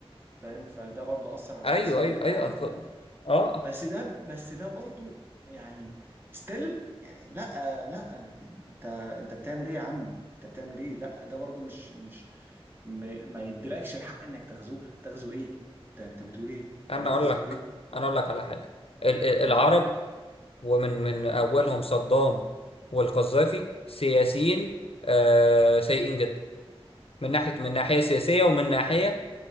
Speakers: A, on the right; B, on the left.
A: فاهم فده برضو اثر على
B: ايوه
A: الاقتصاد
B: ايوه
A: بتاع
B: ايوه
A: العراق
B: أخ- اه
A: بس ده بس ده برضو يعني ستيل يعني لا لا يعني انت انت بتعمل ايه يا عم انت بتعمل ايه لا ده برضو مش مش م... ما يديلكش الحق انك تغزوها تغزو ايه انت انت بتقول ايه
B: انا
A: انت جاي تغزو
B: اقول لك
A: الكويت
B: انا اقول لك على حاجه ال- ال-
A: مم.
B: العرب ومن من أولهم صدام والقذافي سياسيين آه، سيئين جدا من ناحية من ناحية سياسية ومن ناحية